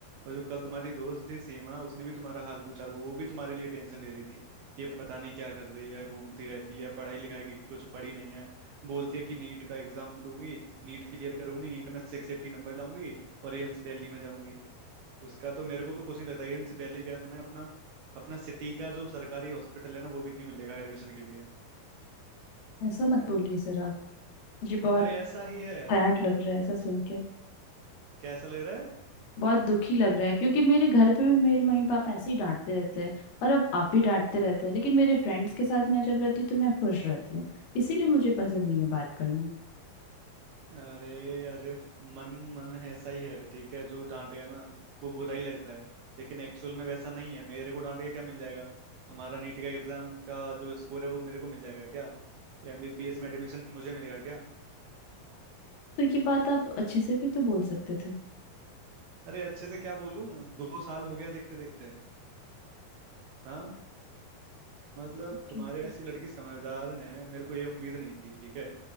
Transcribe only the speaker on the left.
ऐसा मत बोलिए सर आप मुझे बहुत
सैड लग रहा है ऐसा सुन के
बहुत दुखी लग रहा है क्योंकि मेरे घर पे भी मेरे मम्मी पापा ऐसे ही डांटते रहते हैं और अब आप भी डांटते रहते हैं लेकिन मेरे फ्रेंड्स के साथ मैं जब रहती हूँ तो मैं खुश रहती हूँ इसीलिए मुझे पसंद नहीं है बात करना
तो ये बात आप अच्छे से भी तो बोल सकते थे
ठीक
है सर